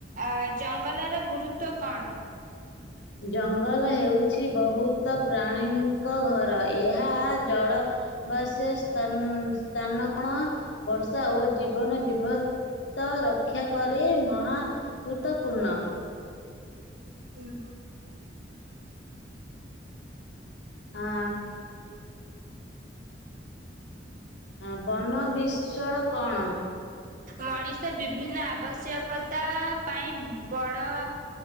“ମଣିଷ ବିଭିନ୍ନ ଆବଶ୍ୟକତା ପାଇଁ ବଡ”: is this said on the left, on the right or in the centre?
Right